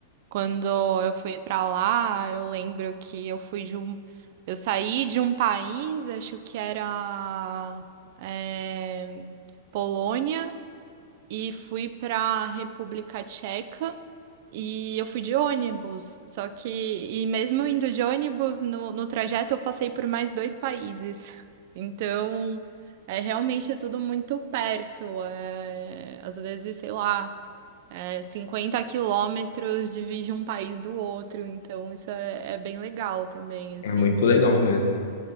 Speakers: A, on the right; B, on the left.
A: Quando eu fui pra lá, eu lembro que eu fui de um. Eu saí de um país, acho que era eh, Polônia e fui para República Tcheca e eu fui de ônibus. Só que, e mesmo indo de ônibus, no, no trajeto eu passei por mais dois países. <laughs> Então, é realmente tudo muito perto. É, às vezes, sei lá, é, 50 quilômetros divide um país do outro. Então, isso é, é bem legal também, assim.
B: É muito legal mesmo.